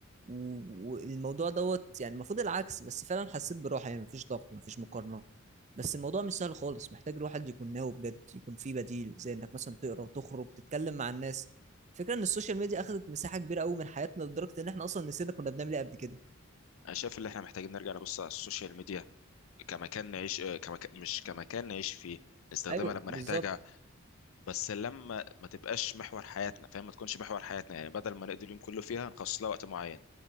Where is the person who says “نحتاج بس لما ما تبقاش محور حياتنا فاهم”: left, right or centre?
Left